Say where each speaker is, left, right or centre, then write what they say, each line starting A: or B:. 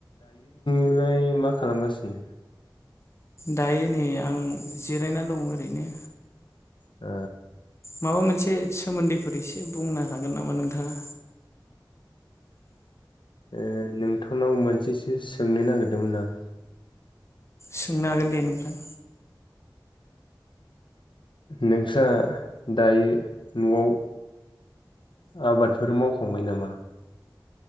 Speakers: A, on the left; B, on the left.
A: आमफ्राय मा खालामगासिनो?
B: दायो नै आं जिरायना दं ओरैनो।
A: ओ।
B: माबा मोनसे सोमोन्दैफोर एसे बुंनो हागोन नामा नोंथाङा?
A: ओ नोंथांनाव मोनसेसो सोंनो नागिरदोंमोन आं।
B: सोंनो हागोन दे नोंथां।
A: नोंस्रा दायो नआव आबादफोर मावखांबाय नामा?